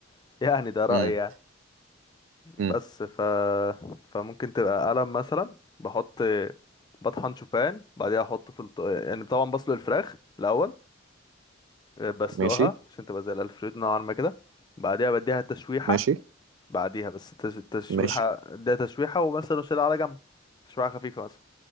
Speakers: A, on the left; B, on the right.
A: <laughs> يعني ده رأيي
B: امم
A: يعني بس
B: امم
A: ف فممكن تبقى قلم مثلا بحط بطحن شوفان بعدها احطه في الط... يعني طبعا بسلق الفراخ الاول بسلقها
B: ماشي
A: عشان تبقى زي الالفريدو نوعا ما كده بعدها بديها تشويحة
B: ماشي
A: بعديها بس التش- التشويحة
B: ماشي
A: ده تشويحة ومثلا شيلها على جنب تشويحة خفيفة مثلا